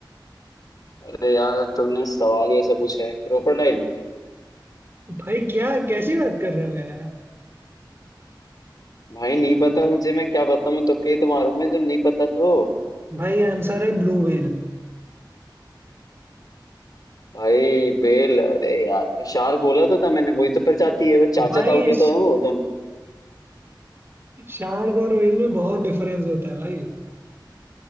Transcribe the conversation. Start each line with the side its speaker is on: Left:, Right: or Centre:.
Left: अरे यार तुमने सवाल ही ऐसे पूछा है क्रोकोडाइल
Right: भाई क्या कैसी बात कर रहे हो यार आप?
Left: भाई नहीं पता मुझे मैं क्या बताऊं तुक्के ही तो मारूंगा जब नहीं पता तो
Right: भाई आंसर है ब्लू व्हेल
Left: भाई बेल अरे यार तो शार्क बोला तो था मैंने वही तो प्रजाति है वो चाचा
Right: भाई
Left: ताऊ के तो है वो दोनों
Right: शार्क और व्हेल में बहुत डिफरेंस होता है भाई